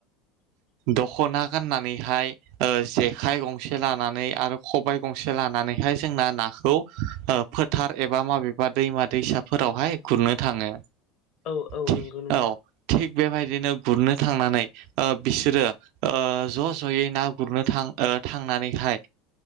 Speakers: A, on the right; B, on the left.
A: दखना गाननानैहाय जेखाइ गंसे लानानै आरो खबाइ गंसे लानानैहाय जोंना न खौ फोथार एबा माबेबा दैमा दैसाफोरावहाय खुरनो थाङो
B: औ औ
A: थिग
B: नंगौ नोंथां
A: औ थिग बेबायदिनो गुरनो थांनानै बिसोरो ज' ज'यै ना गुरनो थां थांनानैहाय